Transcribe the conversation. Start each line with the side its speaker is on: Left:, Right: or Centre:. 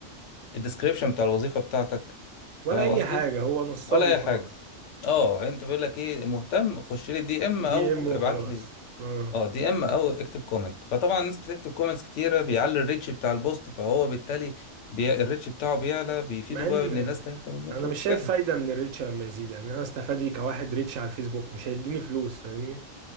Left: الديسكريبشن بتاع الوظيفة بتاعتك
Right: ولا
Left: فاهم
Right: اي
Left: قصدي
Right: حاجة هو نصاب
Left: ولا اي
Right: وخلاص
Left: حاجة اه انت بيقول لك ايه مهتم خش لي دي ام او
Right: دي ام
Left: ابعت
Right: وخلاص
Left: لي
Right: اه
Left: اه دي ام او اكتب كومنت فطبعا الناس بتكتب كومنتس كتيرة بيعلي الريتش بتاع البوست فهو بالتالي بي... الريتش بتاعه بيعلى بيفيده
Right: مع ان
Left: بقى ان
Right: آه،
Left: الناس تانية بتعمل نتورك
Right: انا مش شايف
Left: كده
Right: فايدة من الريتش لما يزيد يعني انا استفادي كواحد ريتش على الفيسبوك مش هيديني فلوس فاهمني